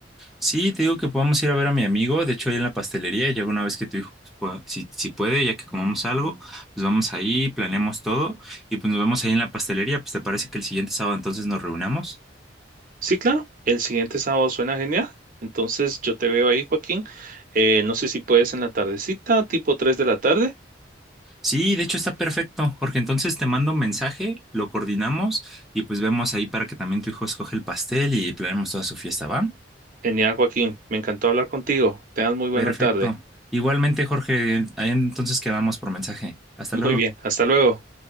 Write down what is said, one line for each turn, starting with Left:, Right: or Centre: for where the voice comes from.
Centre: Sí, te digo que podamos ir a ver a mi amigo, de hecho ahí en la pastelería, ya alguna vez que tu hijo, pues, pueda- si, si puede, ya que comamos algo, pues vamos ahí, planeamos todo y pues nos vemos ahí en la pastelería, pues te parece que el siguiente sábado entonces nos reunamos.
Right: Sí, claro, el siguiente sábado suena genial. Entonces, yo te veo ahí, Joaquín. Eh, no sé si puedes en la tardecita, tipo 3 de la tarde.
Centre: Sí, de hecho está perfecto, Jorge. Entonces te mando un mensaje, lo coordinamos y pues vemos ahí para que también tu hijo escoge el pastel y planeemos toda su fiesta, ¿va?
Right: Genial, Joaquín. Me encantó hablar contigo. Tengas muy buena
Centre: Perfecto.
Right: tarde.
Centre: Igualmente, Jorge, ahí entonces quedamos por mensaje.
Right: <laughs>
Centre: Hasta
Right: Muy
Centre: luego.
Right: bien. Hasta luego.